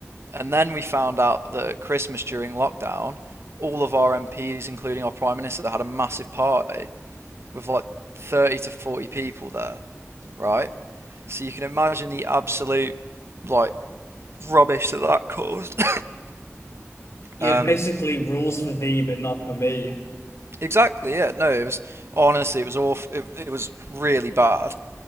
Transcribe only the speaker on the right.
And then we found out that at Christmas during lockdown, all of our MPs, including our prime minister, had a massive party with like 30 to 40 people there, right? So you can imagine the absolute like rubbish that that caused.
<laughs>
um,
exactly. Yeah. No, it was honestly it was awful. It, it was really bad.